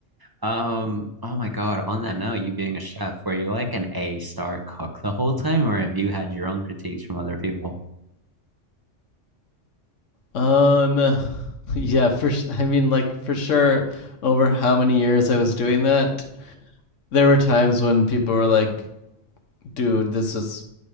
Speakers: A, on the right; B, on the left.
A: Um, oh my God, on that note, you being a chef, were you like an A star cook the whole time, or have you had your own critiques from other people?
B: Um, <laughs> yeah, for s- I mean, like for sure, over how many years I was doing that, there were times when people were like, "Dude, this is